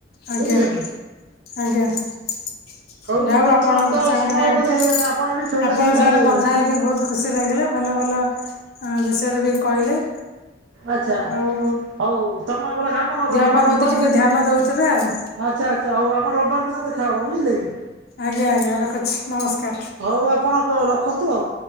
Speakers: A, on the left; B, on the right.
A: ଆଜ୍ଞା-
B: ବୁଝିଲେ କି।
A: ଆଜ୍ଞା। ଯାହା
B: ତୁ
A: ହଉ
B: ବର୍ତ୍ତମାନ
A: ଆପଣଙ୍କ
B: ତ
A: ସାଙ୍ଗେରେ-
B: ସମୟ ବୋଧେ
A: ଆପଣଙ୍କ
B: ହେଇଗଲାଣି ଆପଣ ବି ଶୋଇବା ଶୋଇବା
A: ସାଙ୍ଗେରେ
B: ହେଇଗଲେଣି।
A: କଥା ହେଇକି ବହୁତ୍ ଖୁସି ଲାଗିଲା ଭଲ ଭଲ ଅଁ-ବିଷୟରେ ବି କହିଲେ।
B: ଆଚ୍ଛା
A: ଆଉ
B: ହଉ ତମେ ଗୋଟେ କାମ କର
A: ଦେହ
B: ଆମ
A: ପା
B: ରବିବାର
A: ପ୍ରତି ଟିକେ
B: ଦେଖା
A: ଧ୍ୟାନ ଦଉଥିବେ ଆଉ।
B: ଆଚ୍ଛା ଆଚ୍ଛା ଆଉ ଆମର ରବିବାର ଦିନ ଦେଖା ହବ ବୁଝିଲେ କି।
A: ଆଜ୍ଞା ଆଜ୍ଞା ରଖୁଚି ନମସ୍କାର୍।
B: ହଉ ଆପଣ କ-ରଖନ୍ତୁ ଆଉ।